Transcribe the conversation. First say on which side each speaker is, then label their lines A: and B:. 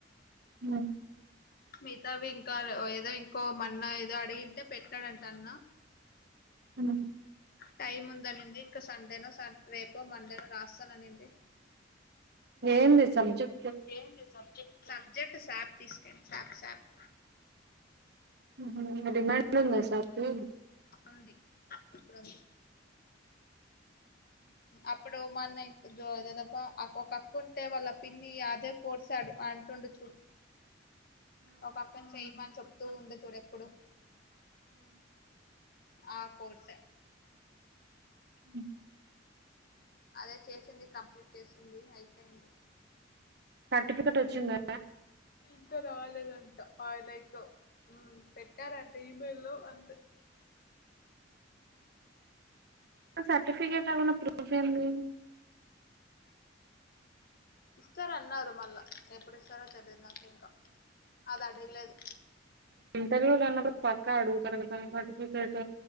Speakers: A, on the right; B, on the left.
A: మ్మ్
B: మీ తవింకారు ఓ ఏదో ఇంకో మన్న ఏదో <unintelligible> తే పెట్టాడంట తన్న
A: మ్మ్
B: టైమ్ ఉందనింది ఇంకా సండే నో సాట్ రేపో మండే నో రాస్తాననింది
A: ఏంది సబ్జెక్ట్
B: ఏంది సబ్జెక్టు సాత్ సాత్
A: మ్మ్ హు డిమాండ్ ఉందసలికి
B: ఉంది ఇప్పుడు ఉంది అప్పుడు మొన్న ఇత్ జొదెదబ్బా అక్ ఒకక్క ఉంటే వాళ్ళ పిన్ని అదే కోర్సాడు అంటుండు, చూ ఒక అక్కని చేయమని చెప్ తో ఉండె చూడె ప్పుడు ఆ కోర్సే
A: హ్
B: అదే చేసింది కంప్లీట్ చేసింది, అయిపైంది.
A: సర్టిఫికెట్ వచ్చిందా
B: ఇంకా రాలేదండ్. ట్ పైలెక్ హు పెట్టారంటే ఈమెయిల్ లో అంతె
A: స ర్టిఫికెట్ ఏమన్న ప్రూఫ్ ఏంది.
B: ఇస్తారా అన్నారు మళ్ళా, ఎప్పుడు ఇస్సారో తెలిద్ నాకింకా అద్ అడగలేదు.
A: తెలివి లేండదు. పక్క అడుగుతరు కదా సర్టిఫికెటు